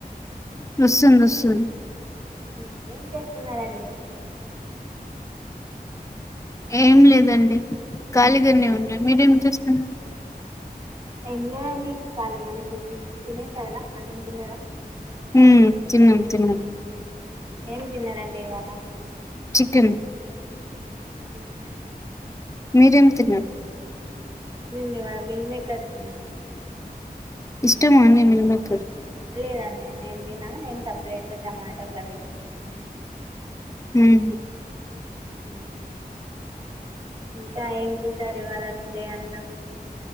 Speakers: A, on the left; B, on the right.
A: వస్తుందొస్తుంది
B: హూ ఏం చేస్తున్నరాండి
A: ఏం లేదండి కాళీగానే ఉన్నా మీరేం చేస్తున్
B: ఏం లేదండి ఖాళీగానే కూర్చున్నాం తినేసారా అన్నం తిన్నార
A: ఉమ్ తిన్నం తిన్నం
B: ఏం తిన్నారండి ఇవాళ
A: చికిన్
B: చికెన్
A: మీరేం తిన్నారు
B: మేమివాల్ మిల్ మేకర్ తిన్నామండి
A: ఇష్టం ఆ అండి మిల్మేకర్
B: లేదండి నేన్ తినను నేన్ సపరేట్గా టమాటో కర్రీ చేస్కున్నాను
A: ఊహ్
B: హూ ఇంకా ఏం చేశారు ఇవాళ డే అంతా